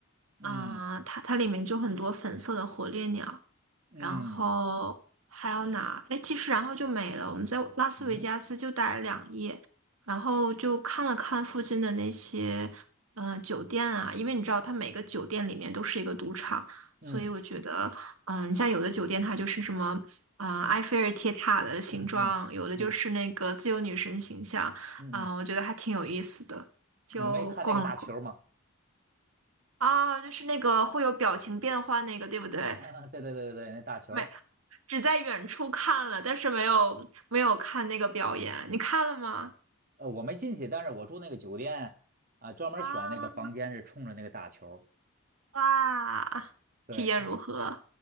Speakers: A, on the right; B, on the right.
A: 嗯
B: 啊、它它里面就很多粉色的火烈鸟，
A: 嗯
B: 然后还有哪？哎，其实然后就没了。我们在拉斯维加斯就待了两夜，
A: 嗯
B: 然后就看了看附近的那些嗯、呃酒店啊，因为你知道它每个酒店里面都是一个赌场，所以我觉得嗯、
A: 嗯
B: 呃你像有的酒店它就是什么啊、呃埃菲尔铁塔的形状，
A: 嗯嗯嗯
B: 有的就是那个自由女神形象，
A: 嗯嗯，
B: 嗯、我觉得还挺有意思的，就逛了逛。
A: 你没看那个大球吗？
B: 啊，就是那个会有表情变换那个，对不对？
A: 啊，对对对对对，那大球儿
B: 每只在远处看了，但是没有没有看那个表演。你看了吗？
A: 呃，我没进去，但是我住那个酒店啊，专门选那个房间是冲着那个大球儿
B: 啊，哇，
A: 对他，
B: 体验如何？